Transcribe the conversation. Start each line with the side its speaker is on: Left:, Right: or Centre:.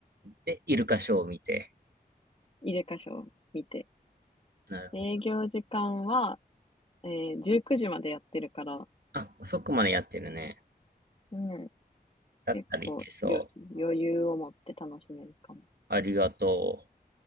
Right: で、イルカショーを見て。
Left: 入れ箇所を見て。
Right: なるほど。
Left: 営業時間は、えー、19時までやってるから、
Right: あ、そこまでやってるね。
Left: うん
Right: だったらいけそう。
Left: 結構よ余裕を持って楽しめるかも。
Right: ありがと